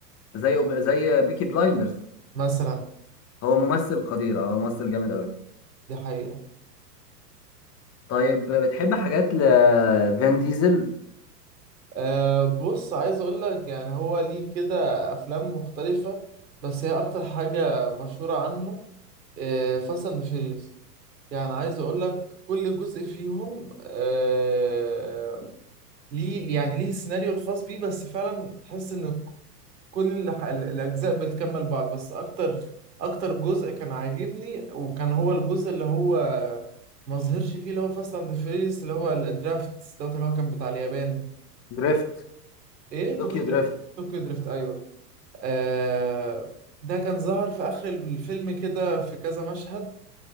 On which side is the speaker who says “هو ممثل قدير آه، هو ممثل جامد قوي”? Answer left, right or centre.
Left